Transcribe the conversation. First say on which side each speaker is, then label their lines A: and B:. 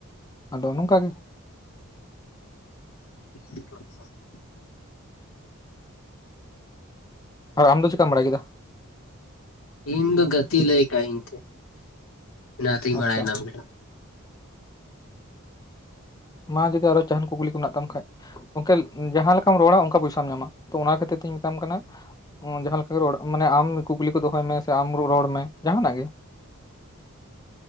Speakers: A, on the left; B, on the left.
A: ᱟᱫᱚ ᱱᱚᱝᱠᱟ ᱜᱮ
B: ᱟ <unintelligible>
A: ᱟᱢ ᱫᱚ ᱪᱮᱫᱠᱟᱢ ᱵᱟᱲᱟᱭ ᱠᱮᱫᱟ?
B: ᱤᱧ ᱫᱚ ᱜᱟᱛᱮ ᱞᱟᱹᱭ ᱠᱟᱣ ᱤᱧ ᱛᱮ ᱚᱱᱟᱛᱤᱧ
A: ᱟᱪᱪᱷᱟ
B: ᱵᱟᱲᱟᱭᱮᱱᱟ
A: ᱟᱪᱪᱷᱟ
B: ᱵᱚᱞᱮ
A: ᱢᱟ ᱡᱩᱫᱤ ᱟᱨᱚ ᱡᱟᱦᱟᱱ ᱠᱩᱠᱞᱤ ᱠᱚ ᱢᱮᱱᱟᱜ ᱛᱟᱢ ᱠᱷᱟᱡ, ᱚᱱᱠᱟ ᱡᱟᱦᱟᱸ ᱞᱮᱠᱟᱢ ᱨᱚᱲᱟ ᱚᱱᱠᱟ ᱯᱚᱭᱥᱟᱢ ᱧᱟᱢᱟ ᱾ ᱛᱚ ᱚᱱᱟ ᱠᱷᱟᱹᱛᱤᱨ ᱛᱤᱧ ᱢᱮᱛᱟᱢ ᱠᱟᱱᱟ ᱡᱟᱦᱟᱸ ᱞᱮᱠᱟᱜᱮ ᱨᱚᱲ ᱢᱟᱱᱮ ᱟᱢ ᱠᱩᱠᱞᱤ ᱠᱚ ᱫᱚᱦᱚᱭ ᱢᱮ ᱥᱮ ᱟᱢ ᱨᱚᱲ ᱢᱮ ᱡᱟᱦᱟᱱᱟᱜ ᱜᱮ᱾